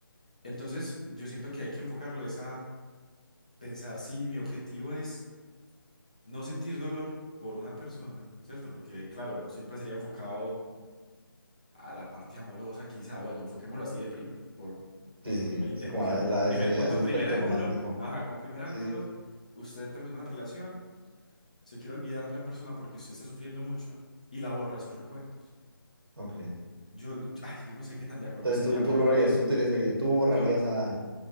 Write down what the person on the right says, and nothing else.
Sí, sí,
sí,
sí, como
la, la-
ese,
ese
aspecto
romántico.
Sí, sí,
ok.
Entonces
tú, tú
lo
harías,
tú utilizarías, tú borrarías
a,